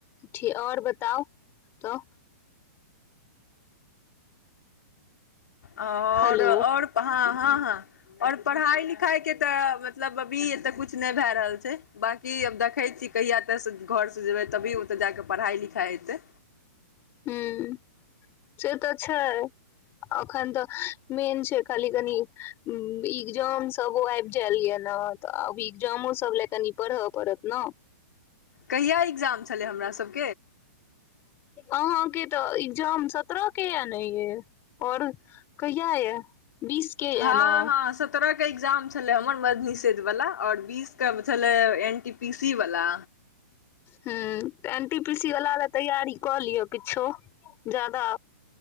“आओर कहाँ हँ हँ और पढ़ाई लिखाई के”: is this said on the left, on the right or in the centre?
Left